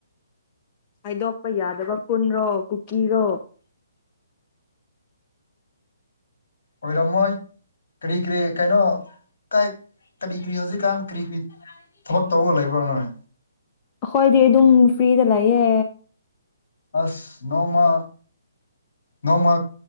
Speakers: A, on the left; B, on the left.
A: ꯍꯥꯏꯗꯣꯛꯄ ꯌꯥꯗꯕ ꯄꯨꯜꯔꯣ ꯀꯨꯀꯤꯔꯣ
B: ꯑꯣꯏꯔꯝꯃꯣꯏ ꯀꯔꯤ ꯀꯔꯤ ꯀꯩꯅꯣ ꯀꯥꯏ ꯀꯔꯤ ꯀꯔꯤ ꯍꯧꯖꯤꯛꯀꯥꯟ ꯀꯔꯤ ꯀꯔꯤ ꯊꯕꯛ ꯇꯧꯔ ꯂꯩꯕ꯭ꯔꯥ ꯅꯣꯏ
A: ꯑꯈꯣꯏꯗꯤ ꯑꯗꯨꯝ ꯐ꯭ꯔꯤꯗ ꯂꯩꯌꯦ
B: ꯑꯁ ꯅꯣꯡꯃ ꯅꯣꯡꯃ